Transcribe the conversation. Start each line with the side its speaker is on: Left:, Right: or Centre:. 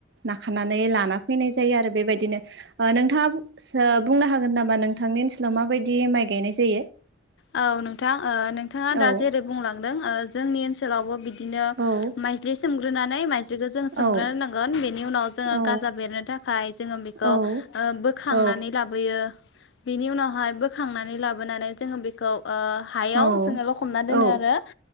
Right: नाखानानै लाना फैनाय जायो आरोब। बेबायदिनो नोंथाङा ओ बुंनो हागोन नामा नोंथांनि ओनसोलाव माबायदि माइ गायनाय जायो
Left: औ नोंथां ओ नोंथाङा दा
Right: औ
Left: जेरै बुंलांदों ओ जोंनि ओनसोलावबो बिदिनो
Right: औ
Left: माइज्लि सोम ग्रोनानै माइज्लि बिदिखौ जों सोमग्रोनांगोन
Right: औ
Left: बेनि उनाव जोङो
Right: औ
Left: गाजा बेरनो थाखाय बेखौ
Right: औ
Left: ओ बोखांनानै
Right: औ
Left: लाबोयो बिनि उनावहाइ बोखां थांनानै लाबोनानै जोङो बेखौ ओ हायाव
Right: औ
Left: जोङो लखबना दोनो
Right: औ
Left: आरो